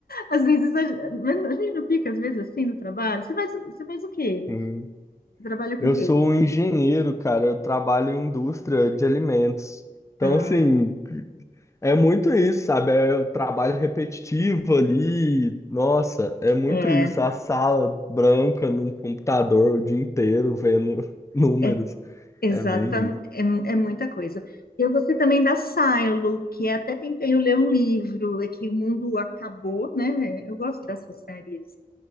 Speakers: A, on the left; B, on the left.
A: às vezes a, a gente não fica, às vezes, assim no trabalho. Você faz, você faz o quê?
B: Sim.
A: Você trabalha com
B: Eu
A: o quê?
B: sou um engenheiro, cara. Eu trabalho em indústria de alimentos. Então,
A: Ah,
B: assim, é muito isso, sabe? É o trabalho repetitivo ali. Nossa, é muito
A: É,
B: isso. A sala branca num computador o dia inteiro vendo <laughs> números.
A: é exatamente,
B: É bem isso.
A: é, é muita coisa. Eu gostei também da Silo, que até tentei ler um livro, é que o mundo acabou, né? Eu gosto dessas séries